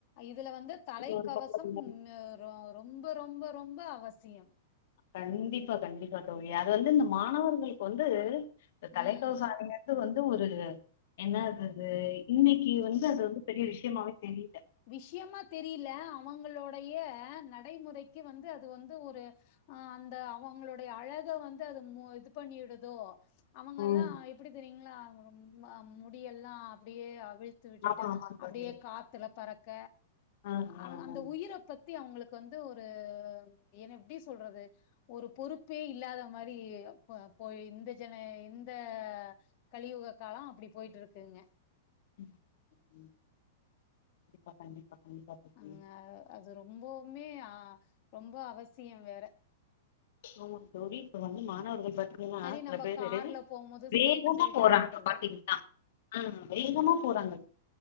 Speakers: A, on the left (about 45°); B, on the left (about 60°).
A: இதுல வந்து தலைக்கவசம்
B: ஒரு பக்கம்
A: ரொம்ப ரொம்ப ரொம்ப அவசியம்
B: கண்டிப்பா கண்டிப்பா தோழி அது வந்து இந்த மாணவர்களுக்கு வந்து இந்த தலைக்கவசொ
A: ம்.
B: அணிய இது வந்து ஒரு என்னாதது இன்னிக்கு வந்து அது வந்து பெரிய விஷ்யமாவே தெரியில
A: விஷ்யமா தெரில அவங்களோடைய நடைமுறைக்கு வந்து அது வந்து ஒரு ஆ அந்த அவங்களுடைய அழக வந்து அது மு இது பண்ணிடுதோ அவங்கெல்லா
B: ம்.
A: எப்பிடி தெரியுங்களா ரொம்மா முடியெல்லா அப்பிடியே அவிழ்த் த்து விட்டுட்டு
B: ஆமா, ஆமா தோழி.
A: அப்டியே காத்துல பறக்க
B: ஆ, ஆ,
A: அவ்ங் அந்த
B: ஆ.
A: உயிரப்பத் பத்தி அவுங்குளுக்கு வந்து ஒரு ஏன எப்டி சொல்றது ஒரு பொறுப்பே இல்லாத மாரி போ போய் இந்த ஜன இந்த கலியுக காலோ அப்டி போயிட்ருக்குங்க
B: ம் ம் கண்டிப்பா கண்டிப்பா கண்டிப்பா தோழி
A: அங்க அது ரொம்பவுமே அ ரொம்ப அவசியம் வேற
B: ஆமா தோழி இப்ப வந்து மாணவர்கள் பாத் எப்டினா
A: மாரி
B: சில
A: நம்ம
B: பேரு
A: கார்ல போம்போது
B: வேகமா
A: சீட் பெல்ட்
B: போறாங்க
A: போடுறது
B: பாத்தீங்ன்னா ஆ வேகமா போறாங்கள்